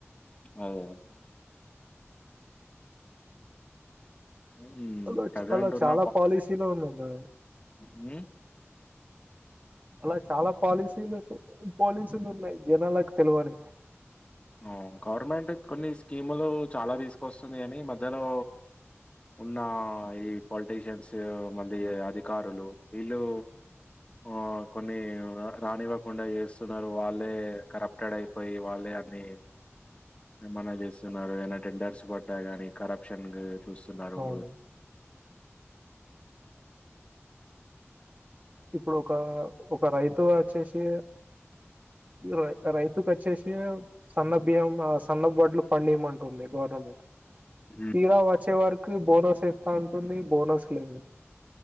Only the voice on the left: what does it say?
ప్చ్ అవును హ్మ్.
ప్రెజెంట్
ఉన్న
మ్మ్
ఆవ్ గవర్నమెంట్ కొన్ని స్కీములు చాలా తీసుకోస్తుంది. గాని మధ్యలో ఉన్న ఈ పొలిటీషియన్స్. మళ్ళీ అధికారులు వీళ్ళు ఆ కొన్ని ఆ రానివ్వకుండా చేస్తున్నారు. వాళ్ళే కరప్టెడ్ అయిపోయి వాళ్ళే నే ప్చ్ ఏమన్నా చేస్తున్నారు. <unintelligible> టెండర్స్ గొడ్డాయిగాని కరప్షనింగ్ చూస్తున్నారు.
హ్మ్.